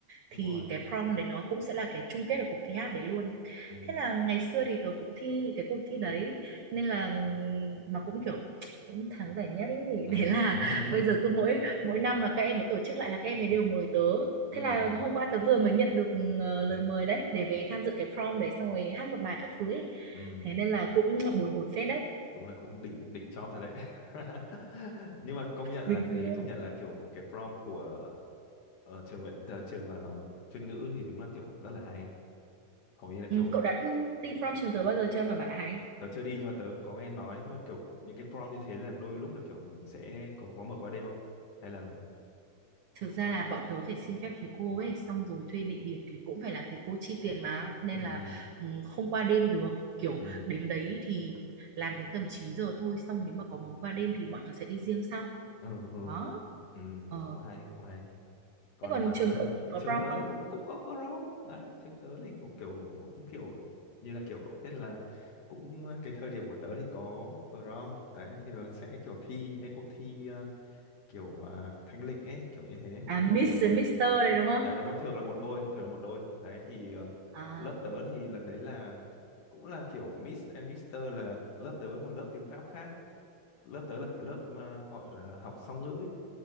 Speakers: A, on the right; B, on the left.
A: Thì
B: đúng rồi.
A: cái prom đấy nó cũng sẽ là cái chung kết của cuộc thi hát đấy luôn.
B: Ừ,
A: Thế là ngày xưa thì tớ cũng thi cái cuộc thi đấy nên là ừm, mà cũng kiểu cũng thắng giải nhất ý. <laughs>
B: ừ,
A: Thế là
B: <laughs>
A: bây giờ cứ mỗi mỗi năm mà các em ấy tổ chức lại là các em ấy đều mời tớ
B: ừ,
A: Thế là
B: ừ,
A: hôm qua tớ vừa mới nhận được ờ, lời mời đấy để về tham dự cái prom đấy xong rồi hát một bài các thứ ấy.
B: ừ,
A: Thế nên là cũng bồi hồi phết đấy.
B: đúng là cũng đỉnh đỉnh chóp rồi đấy. <laughs> Nhưng mà công nhận là
A: Bình
B: gì?
A: thường.
B: Công nhận là kiểu cái prom của ờ, trường Nguyễn, ờ, trường ờ, chuyên ngữ thì đúng là kiểu rất là hay. Hầu như là
A: Ừ,
B: kiểu
A: cậu đã đi prom trường tớ bao giờ chưa mà bảo là hay?
B: tớ chưa đi nhưng mà tớ có nghe nói nhưng mà kiểu những cái prom như thế là đôi lúc là kiểu mình sẽ có có mở qua đêm không hay là
A: Thực ra là bọn tớ phải xin phép thầy cô ấy xong rồi thuê địa điểm thì cũng phải là thầy cô chi tiền mà nên
B: ừ
A: là
B: ừ
A: ừ, không qua đêm được. Kiểu
B: ừ
A: đến đấy thì làm đến tầm 9 giờ thôi xong nếu mà có muốn qua đêm thì bọn tớ sẽ đi riêng sau.
B: ừ ừ
A: Đó.
B: ừ
A: Ờ.
B: cũng hay cũng hay còn
A: Thế còn
B: bản
A: trường
B: thân
A: cậu thì có
B: trường
A: prom
B: tớ
A: không?
B: đấy cũng cũng có prom đấy trường tớ này cũng kiểu cũng kiểu như là kiểu cậu biết là cũng cái thời điểm của tớ thì có prom đấy thì là sẽ kiểu thi những cái cuộc thi ờ, kiểu à, thanh lịch ấy kiểu như thế
A: À
B: là
A: Miss
B: kiểu
A: với Mister đấy đúng không?
B: đấy đúng rồi thường là một đôi thường là một đôi đấy thì ờ,
A: À,
B: lớp tớ thì lần đấy là cũng là kiểu Miss and Mister là lớp tớ với một lớp tiếng Pháp khác lớp tớ là lớp mà họ là học song ngữ ấy,